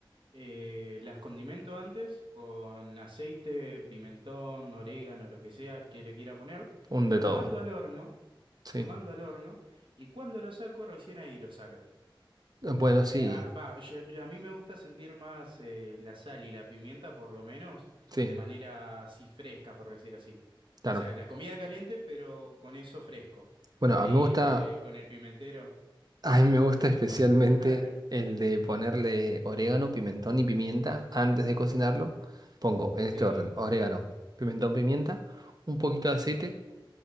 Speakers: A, on the right (about 70°); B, on the right (about 50°).
A: eh, las condimento antes con aceite, pimentón, orégano, lo que sea que le quiera poner,
B: Un
A: lo
B: de todo.
A: mando al horno,
B: Sí.
A: lo mando al horno y cuando lo saco recién ahí lo salo.
B: Bueno,
A: Eh,
B: sí,
A: ah, va, yo- yo- a mí me gusta sentir más eh, la sal y la pimienta, por lo menos,
B: sí.
A: de manera así fresca, por decir así.
B: Claro.
A: O sea, la comida caliente, pero con eso fresco.
B: Bueno,
A: Ahí,
B: a mí me gusta,
A: el, eh, con el pimentero.
B: a mí me gusta especialmente
A: <laughs> Claro.
B: el de ponerle orégano, pimentón y pimienta antes de cocinarlo. Pongo en
A: Sí.
B: este orden, orégano, pimentón, pimienta, un poquito de aceite